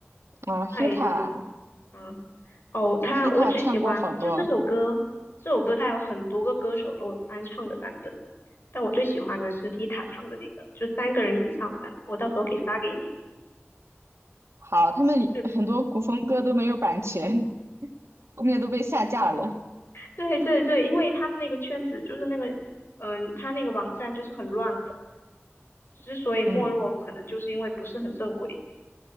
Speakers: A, on the right; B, on the left.
A: 啊？Hita
B: 爱什么啊？哦，他我只喜欢就这首歌，
A: Hita 唱过好多，
B: 这首歌它有很多个歌手都有翻唱的版本，但我最喜欢的是 Hita 唱的那个，就三个人一起唱的版本，我到时候可以发给你。
A: 好，他们很多古风歌都没有版权，
B: 对对。
A: <laughs> 后面都被下架了。
B: 对对对，因为他们那个圈子就是那个，嗯、他那个网站就是很乱的，之所以没落，
A: 嗯
B: 可能就是因为不是很正规，